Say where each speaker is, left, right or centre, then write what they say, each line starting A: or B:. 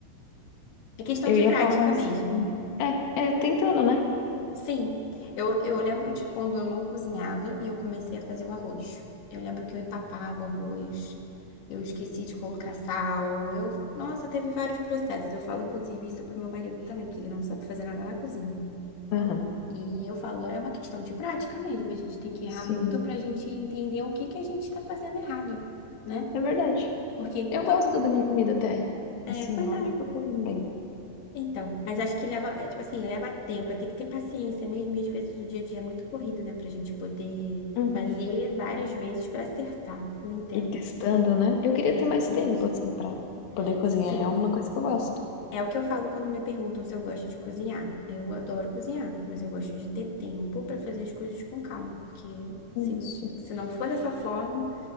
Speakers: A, on the left; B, on the left.
A: é questão
B: Eu
A: de
B: ia
A: prática
B: falar assim.
A: mesmo.
B: É, é tentando, né?
A: Sim, eu, eu lembro de quando eu não cozinhava e eu comecei a fazer o arroz. Eu lembro que eu empapava o arroz, eu esqueci de colocar sal, eu... Nossa, teve vários processos. Eu falo, inclusive, isso pro meu marido também, porque ele não sabe fazer nada na cozinha.
B: Aham.
A: E eu falo, é uma questão de prática mesmo, a gente tem que errar
B: Sim,
A: muito pra gente entender o que que a gente tá fazendo errado, né?
B: é verdade.
A: Porque
B: Eu
A: todo...
B: gosto da minha comida até.
A: É,
B: Assim,
A: pois
B: eu acho
A: é,
B: que eu tô bem.
A: Então, mas acho que leva, é, tipo assim, leva tempo, tem que ter paciência mesmo, e às vezes o dia a dia é muito corrido, né, pra gente poder
B: Uhum.
A: fazer várias vezes pra acertar, eu entendo.
B: E testando, né? Eu queria
A: Exatamente.
B: ter mais tempo, assim, pra poder cozinhar.
A: Sim,
B: É uma coisa que eu gosto.
A: é o que eu falo quando me perguntam se eu gosto de cozinhar. Eu adoro cozinhar, mas eu gosto de ter tempo pra fazer as coisas com calma, porque se,
B: Isso.
A: se não for dessa forma,